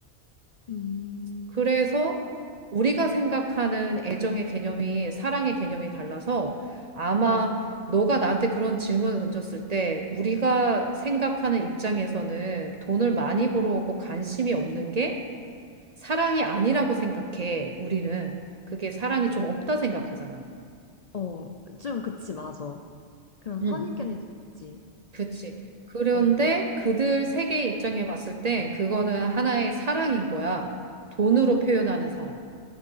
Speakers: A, on the left; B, on the right.
A: 음,
B: 그래서 우리가 생각하는 애정의 개념이 사랑의 개념이 달라서 아마
A: 어,
B: 너가 나한테 그런 질문을 던졌을 때 우리가 생각하는 입장에서는 돈을 많이
A: 음,
B: 벌어오고 관심이 없는 게 사랑이 아니라고 생각해, 우리는. 그게 사랑이 좀
A: 어,
B: 없다 생각하잖아.
A: 어, 좀 그치, 맞아. 그런 선입견이
B: 응.
A: 있지.
B: 그치. 그런데
A: 어, 뭐
B: 그들 세계의 입장에 봤을 땐 그거는 하나의 사랑인 거야. 돈으로 표현하는 사랑.